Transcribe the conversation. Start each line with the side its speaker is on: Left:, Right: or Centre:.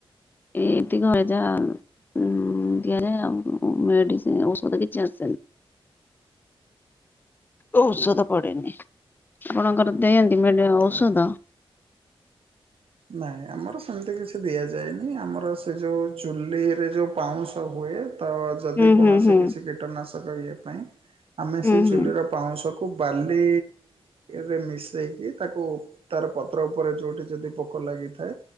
Left: ଏମତି ଘରେ ଯା। ଉଁ, ଦିଆଯାଏ ଆଉ ଉ, ମେଡିସି ଔଷଧ କିଛି ଆସେନି। ଔଷଧ ପଡେନି ଆପଣଙ୍କର ଦିଅନ୍ତି ମେଡି ଔଷଧ?
Right: ଆଜ୍ଞା। ନାଇଁ ଆମର ସେମିତି କିଛି ଦିଆଯାଇଏନି। ଆମର ସେ ଯୋଉ ଚୁଲିରେ ଯୋଉ ପାଉଁଶ ହୁଏ ତ ଯଦି
Left: ହୁଁ
Right: କୌଣସି
Left: ହୁଁ ହୁଁ
Right: କିଛି କୀଟନାଶକ ଇଏ ପାଇଁ ଆମେ
Left: ହୁଁ
Right: ସେ
Left: ହୁଁ।
Right: ଚୁଲିର ପାଉଁଶକୁ କୁ ବାଲି ରେ ମିଶେଇକି ତାକୁ ତାର ପତ୍ର ଉପରେ ଯୋଉଠି ଯଦି ପୋକ ଲାଗିଥାଏ